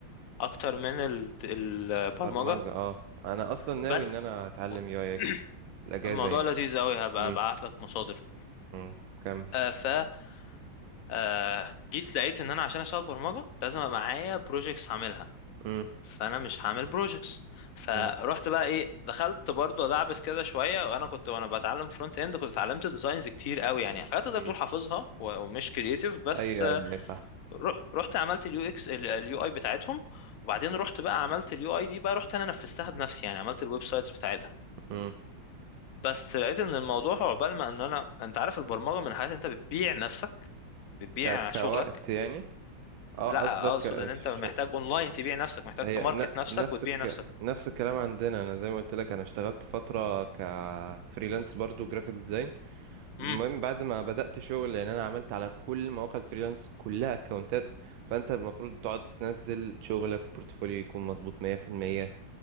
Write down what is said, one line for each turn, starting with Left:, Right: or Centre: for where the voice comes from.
Left: اكتر من ال- البرمجه
Right: برمجة اه انا اصلا ناوي
Left: بس
Right: ان انا اتعلم يو اي
Left: <clears throat>
Right: اكس في الاجازة
Left: الموضوع
Right: يعني
Left: لذيذ قوي هبقى
Right: امم
Left: ابعت لك مصادر
Right: امم كمل
Left: آه ف آه جيت لقيت ان انا عشان اشتغل برمجه لازم ابقى معايا بروجيكتس هعملها
Right: امم
Left: فانا مش هعمل بروجيكتس فروحت
Right: امم
Left: بقى ايه دخلت برضو ادعبس كده شويه وانا كنت وانا بتعلم فرونت اند كنت اتعلمت ديزاينز كتير قوي يعني حاجات تقدر
Right: امم
Left: تقول حافظها و- ومش كرييتيف بس
Right: ايوه
Left: آه،
Right: ايوه أيوة، صح
Left: روح رحت عملت اليو اكس اليو اي بتاعتهم وبعدين رحت بقى عملت اليو اي دي بقى رحت انا نفذتها بنفسي يعني عملت الويب سايتس بتاعتها
Right: امم
Left: بس لقيت ان الموضوع عقبال ما ان انا انت عارف البرمجه من حاجات انت بتبيع نفسك بتبيع
Right: ك كوقت
Left: شغلك
Right: يعني اه
Left: لا
Right: قصدك
Left: اقصد ان انت
Right: ش...
Left: محتاج اونلاين تبيع نفسك محتاج
Right: هي
Left: تماركت
Right: ن...
Left: نفسك
Right: نفس
Left: وتبيع
Right: الك...
Left: نفسك
Right: نفس الكلام عندنا انا زي ما قلت لك انا اشتغلت فترة كفريلانس برضو جرافيك ديزاين المهم
Left: امم
Right: بعد ما بدأت شغل يعني انا عملت على كل مواقع الفريلانس كلها اكونتات فانت المفروض تقعد تنزل شغلك البورتفوليو يكون مظبوط 100%